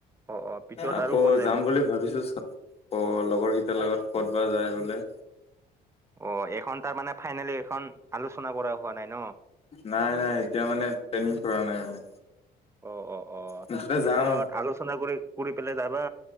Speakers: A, on the right (about 15°); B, on the left (about 35°).
A: অ', অ', পিছত
B: আকৌ
A: আৰু ক'ত যাবি?
B: যাম বুলি ভাবিছো চ। অ লগৰ কেইটাৰ লগত ক'ত বা যায় বোলে।
A: অ এইখন তাৰ মানে ফাইনেলি এইখন আলোচনা কৰা। হোৱা নাই ন?
B: নাই নাই এতিয়া মানে ট্ৰনিং কৰা নাই মানে।
A: অ অ অ
B: মুঠতে
A: পিছত
B: যাম
A: আলোচনা কৰি কৰি পেলাই যাবা।